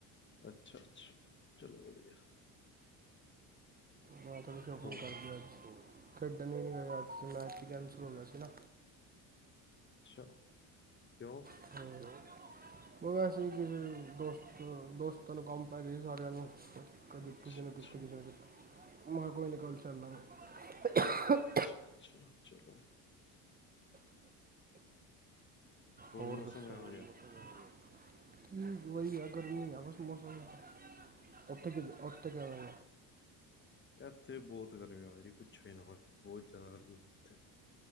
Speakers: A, on the left; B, on the right.
A: ਅੱਛਾ ਅੱਛਾ ਚਲੋ ਵਧੀਆ
B: ਮੈਂ ਤੁਥਾਨੂੰ ਸ਼ੋਪਿੰਗ
A: ਹੋਰ
B: ਕਰਦੀ ਅੱਜਤੇ ਖੇਡਣ ਹੀ ਨ ਹੋ ਏਆ ਅੱਜ ਮੈਚ ਹੀ ਕੈਂਸਲ ਹੋ ਗੇਆ ਸੀ ਨਾ
A: ਅੱਛਾ ਕਿਉਂ
B: <unintelligible> ਉਹ ਵੈਸੇ ਕਿਸ ਦੋਸਤ ਦੋਸਤਾਂ ਨੂੰ ਕੰਮ ਪੈ ਗਿਆ ਸੀ ਸਾਰਿਆਂ ਨੂੰ ਕਦੇ
A: ਅੱਛਾ
B: ਕਿਸੇ <unintelligible> <unintelligible> ਮੈਂ
A: ਅੱਛਾ
B: ਕਿਹਾ ਕੋਈ ਨਹੀਂ ਗੱਲ ਚੱਲ ਲਾਗੇ
A: ਛਾ-ਛਾ ਚਲੋ।
B: ਹੋਰ
A: ਮੌਸਮ
B: ਦਸੋ?
A: ਕਿਹੋ
B: ਹੋਰ
A: ਜਿਹਾ?
B: ਮੋਸਮ ਕਿਵੇਂ ਐ ਮ ਵਈ ਆ ਗਰਮੀ ਆ ਬਸ ਮੌਸਮ ਦਾ। ਉੱਥੇ <unintelligible>
A: ਏਥੇ ਬੋਤ ਗਰਮੀ ਵਾ ਜੀ ਪੁੱਛੋ ਈ ਨਾ ਬਸ ਬੋਤ ਜਾਦਾ ਗਰਮੀ ਆ ਏਥੇ।